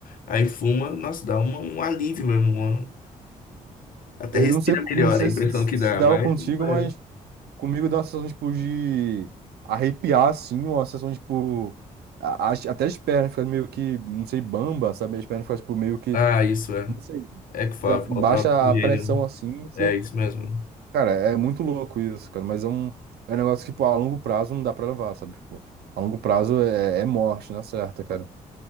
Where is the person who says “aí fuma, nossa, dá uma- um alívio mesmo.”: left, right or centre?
Left